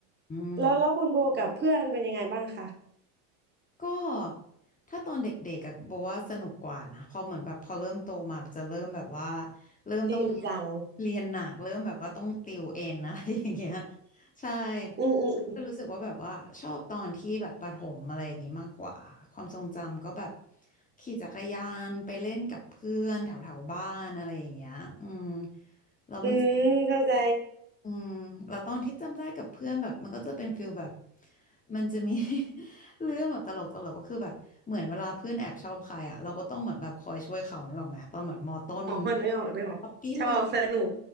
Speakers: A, on the left (about 15°); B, on the right (about 20°).
A: อืม
B: แล้วแล้วคุณโบกับเพื่อนเป็นยังไงบ้างคะ
A: ก็ถ้าตอนเด็กๆอะบอกว่าสนุกกว่านะพอเหมือนแบบพอเริ่มโตมาจะเริ่มแบบว่าเริ่มต้องเรียน
B: จริงจัง
A: เรียนหนักเริ่มแบบว่าต้องติวเอ็นอะไรอย่างเงี้ยใช่
B: อืมอืมอืม
A: ก็รู้สึกว่าแบบว่าชอบตอนที่แบบประถมอะไรอย่างงี้มากกว่าความทรงจำก็แบบขี่จักรยานไปเล่นกับเพื่อนแถวๆบ้านอะไรอย่างเงี้ยอืมแล้วมันจะ
B: อืมเข้าใจ
A: อืมเราตอนที่จำได้กับเพื่อนแบบมันก็จะเป็นฟิลแบบมันจะมี <laughs> เรื่องแบบตลกตลกก็คือแบบเหมือนเวลาเพื่อนแอบชอบใครอ่ะเราก็ต้องเหมือนแบบคอยช่วยเขานึกออกไหมตอนเหมือนมอต้น
B: อ๋อนึกออกนึกออกชอบสนุก
A: ป๊อปปี้เลิฟ